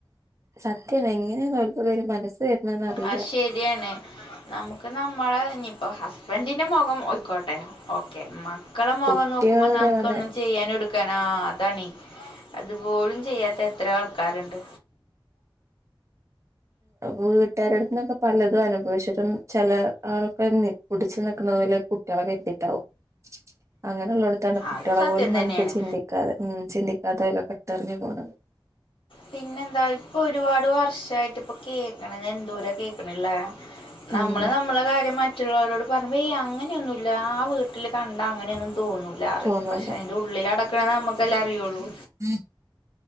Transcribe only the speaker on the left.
അ ശരിയാണ് നമുക്ക് നമ്മള ഇനിയിപ്പോ ഹസ്ബൻഡിന്റെ മുഖം ഒയിക്കോട്ടെ ഓക്കെ മക്കള മുഖം
നോക്കുമ്പോൾ നമുക്കൊന്നും
ചെയ്യാാനും എടുക്കാനാ തണ അതുപോലും ചെയ്യാത്ത എത്ര ആൾക്കാരുണ്ട്
അത് സത്യം
തന്നെയാണ്
പിന്നെന്താ ഇപ്പൊ ഒരുപാട് വർഷായിട്ട് ഇപ്പൊ കേൾക്കണ എന്തൂര കേൾക്കണില്ലേ നമ്മള്
നമ്മളെ കാര്യം മ മറ്റുള്ളവരോട് പറുമ്പോ എയ്യേ അങനെയൊന്നുല്ല ആ വീട്ടിൽ കണ്ട അങ്ങനെയൊന്നും തോന്നൂല്ലന്ന് പറയും
പക്ഷെ അതിന്റെ ഉള്ളിൽ നടക്കണ നമുക്കല്ലാം അറിയുള്ളൂ